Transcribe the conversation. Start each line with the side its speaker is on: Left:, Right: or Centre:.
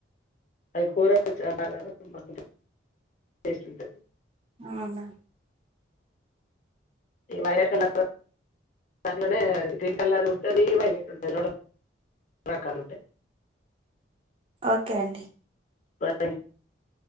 Left: అది కూరా <unintelligible>
Right: అవునా
Left: ఈ వైలెట్ కలర్ రో, దాంట్లోనే గ్రీన్ కలర్ ఉంటది, వైలెట్ ఉంటది రెండు రకాలు ఉంటయ్.
Right: ఓకే అండి
Left: <inaudible>